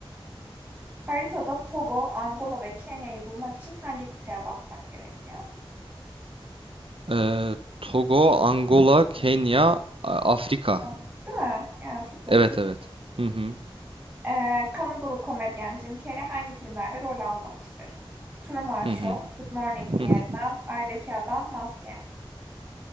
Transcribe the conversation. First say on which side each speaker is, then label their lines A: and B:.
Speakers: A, on the right; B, on the right.
A: Haritada Togo, Angola ve Kenya'yı bulmak için hangi kıtaya bakmak gerekiyor?
B: Ee, Togo, Angola, Kenya, A- Afrika.
A: Ben- Değil mi? Yani çok basit.
B: Evet evet. Hı hı.
A: Ee, Kanadalı komedyen Jim Carrey hangi filmlerde rol almamıştır? Truman Show,
B: Hı hı.
A: Good Morning Vietnam,
B: Hı hı.
A: Ay'daki Adam, Maske.